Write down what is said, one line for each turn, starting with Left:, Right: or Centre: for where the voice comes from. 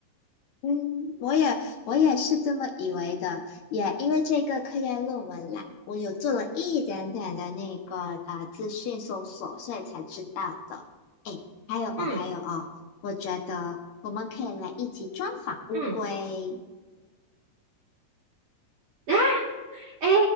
Left: 嗯，我也我也是这么以为的，也因为这个科研论文啦，我有做了一点点的那个呃资讯搜索，所以才知道的。诶，还有哦，
Right: 嗯
Left: 还有哦，我觉得我们可以来一起专访乌龟。
Right: 嗯，啊，诶，